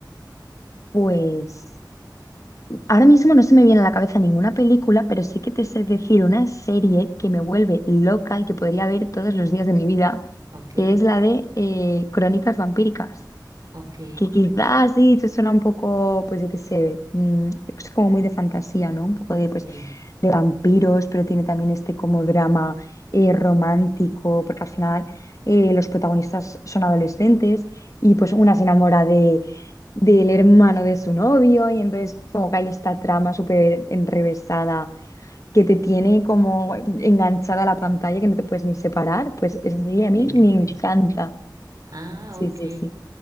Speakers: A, on the left; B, on the right.
A: Pues ahora mismo no se me viene a la cabeza ninguna película, pero sí que te sé decir una serie que me vuelve loca y que podría ver todos los días de mi vida,
B: ¿Ok?
A: que es la de eh, Crónicas Vampíricas.
B: Ok.
A: que quizás sí, te suena un poco, pues yo qué sé, mm, es como muy de fantasía, ¿no? Un poco de, pues,
B: Sí. <laughs>
A: de vampiros, pero tiene también este como drama eh, romántico, porque al final eh, los protagonistas son adolescentes y pues una se enamora de, del hermano de su novio y entonces como que hay esta trama súper enrevesada que te tiene como enganchada a la pantalla que no te puedes ni separar, pues esa serie a mí
B: Sí, ya
A: me
B: sé.
A: encanta.
B: Ah,
A: Sí,
B: ok.
A: sí, sí.